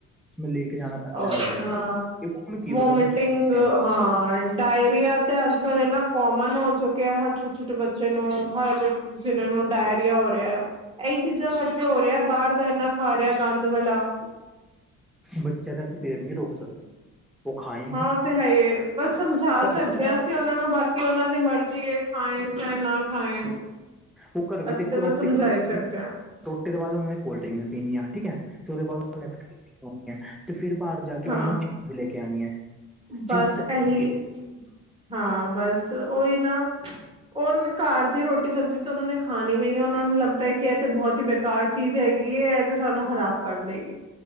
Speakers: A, in the centre; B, on the right.
A: ਮ ਲੈ ਕੇ ਜਾਣਾ। ਪੈਂਦਾ
B: ਓ
A: ਇਹਨਾਂ ਨੂੰ
B: ਹਾਂ,
A: ਇਹ ਪਤਾ ਨੂੰ ਕੀ
B: ਵੋਮੀਟਿੰਗ
A: ਪਤਾ ਸੀ ਕੀ ਕਰਦੇ
B: ਹਾਂ, ਡਾਇਰੀਆ ਤੇ ਅੱਜ ਕੱਲ ਇਨਾ ਕੋਮਨ ਹੋ ਚੁੱ ਕ ਹਰ ਛੋਟੇ-ਛੋਟੇ ਬੱਚੇ ਨੂੰ, ਹਰ ਜਿਨਾ ਨੂੰ ਡਾਇਰੀਆ ਹੋ ਰਿਹਾ ਹੈ ਇਹੀ ਚੀਜ਼ਾਂ ਕਰਰਕੇ ਹੋ ਰਿਹਾ, ਬਾਹਰ ਦਾ ਇੰਨਾ ਖਾ ਰਿਹਾ ਗੰਦ ਵਲਾ।
A: ਬੱਚਿਆਂ ਦਾ ਅਸੀਂ ਪੇਟ ਨਹੀਂ ਰੋਕ ਸਕਦੇ। ਉਹ ਖਾਏਂਗੇ
B: ਹਾਂ, ਉਹ ਤੇ ਹੈ ਹੀ, ਪਰ ਸਮਝਾ
A: ਘਰ
B: ਸਕਦੇ
A: ਵੀ ਖਾਣਗੇ
B: ਹਾਂ, ਅਸੀਂ ਉਹਨਾਂ ਨੂੰ ਬਾਕੀ ਉਹਨਾਂ ਦੀ ਮਰਜ਼ੀ ਏ। ਖਾਏ, ਚਾਹੇ ਨਾ ਖਾਏ।
A: ਉਹ ਘਰ ਵੀ
B: ਅਸੀਂ
A: ਦੇਖੋ,
B: ਤਾਂ ਬਸ
A: ਰੋਟੀ
B: ਸਮਝਾ
A: ਖਾਣੀ
B: ਹੀ
A: ਆਪਣੀ
B: ਸਕਦੇ ਹਾਂ
A: ਰੋਟੀ ਦੇ ਬਾਅਦ ਹੁੇੈਂ ਕੋਲਡ ਡਰਿੰਕ ਵੀ ਪੀਨੀ ਆ ਠੀਕ ਹੈ, ਫਿਰ ਉਹਦੇ ਬਾਦ ਓਹਨਾ ਐਸਕਰੀਮ ਤੇ ਫਿਰ ਬਾਹਰ ਜਾ ਕੇ,
B: ਹਾਂ
A: ਉਹਨਾਂ
B: ਹਾਂ
A: ਨੂੰ ਚੀਜ਼ ਵੀ ਲੈ ਕੇ ਆਉਣੀ ਹੈ। ਚੀਜ਼
B: ਬਸ
A: ਤਾਂ ਜ਼ਰੂਰੀ
B: ਇਹੀ
A: ਹੈ
B: ਹਾਂ। ਬਸ ਉਹੀ ਨਾ ਉਹ ਘਰ ਦੀ ਰੋਟੀ ਸਬਜ਼ੀ ਤਾਂ ਉਹਨਾਂ ਨੇ ਖਾਣੀ ਨਹੀਂ ਉਹਨਾਂ ਨੂੰ ਲੱਗਦਾ ਕਿ ਇਹ ਤੇ ਬਹੁਤ ਹੀ ਬੇਕਾਰ ਚੀਜ਼ ਹੈਗੀ। ਇਹ ਤੇ ਸਾਨੂੰ ਖ਼ਰਾਬ ਕਰ ਦੇਗੀ।